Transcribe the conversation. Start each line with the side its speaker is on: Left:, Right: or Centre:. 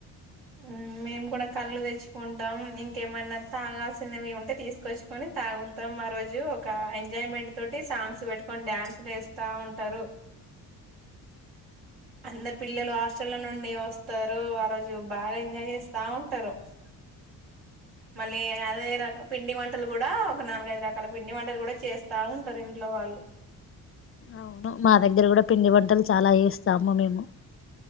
Right: ఉమ్ మేము కూడా కళ్ళు తెచ్చుకుంటాం ఇంకేమన్నా తాగాల్సినవి ఉంటే తీసుకొచ్చుకొని తాగుతాం ఆరోజు ఒక ఎంజాయ్మెంట్ తోటి సాంగ్స్ పెట్టుకొని డ్యాన్స్లు వేస్తా ఉంటారు <inaudible> అందరు పిల్లలు హాస్టల్ నుండి వస్తారు ఆ రోజు బాగా ఎంజాయ్ చేస్తా ఉంటారు <inaudible> మళ్ళీ అదే రక పిండి వంటలు కూడా ఒక నాలుగైదు రకాల పిండి వంటలు కూడా చేస్తా ఉంటారు ఇంట్లో వాళ్ళు అ
Left: అవును మా దగ్గర కూడా పిండి వంటలు చాలా చేస్తాము మేము